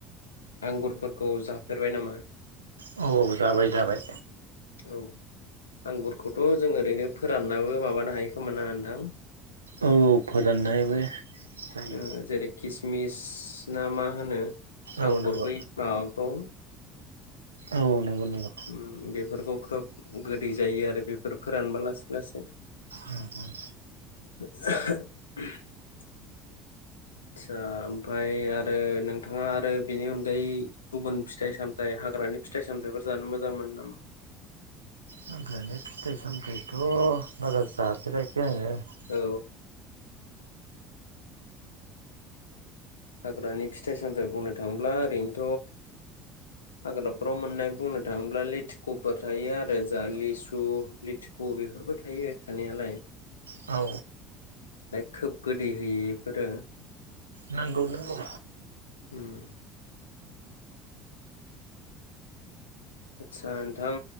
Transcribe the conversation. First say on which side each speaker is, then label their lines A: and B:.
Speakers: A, on the left (about 80°); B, on the right (about 80°).
A: आंगुरफोरखौ जाफेरबाय नामा?
B: औ औ जाबाय जाबाय।
A: औ आंगुरखौथ' जों ओरैनो फोराननाबो माबानो हायो खोमा ओनथां?
B: औ फोराननायबो। जायो।
A: ओ जेरै खिस मिस ना मा होनो
B: औ
A: आंगुर
B: नंगौ
A: बै माबाखौ
B: औ नोंगौ नोंगौ।
A: उम बेफोरखौ खोब गोदै जायो आरो बेफोर फोरानबा लासै लासै
B: उम उम।
A: <inaudible> आदसा ओमफाय आरो नोंथाङा आरो बेनि अनगायै गुबुन फिथाइ सामथाइ हाग्रानि फिथाइ सामथाइफोर जानो मोजां मोनो नामा?
B: हाग्रानि फिथाइ सामथायथ बारा जाफेराखै आङो
A: औ हाग्रानि फिथाइ सामथाइ बुंनो थाङोब्ला ओरैनोथ हाग्राफोराव मोननाय बुंनो थाङोब्ला लेथिखुफोर थायो आरो जा लिसु लेथिखु बेफोरबो थायो थानायालाय।
B: औ।
A: बाय खोब गोदै होयो एफोरो
B: नोंगौ नोंगौ।
A: उम। आदसा नोंथां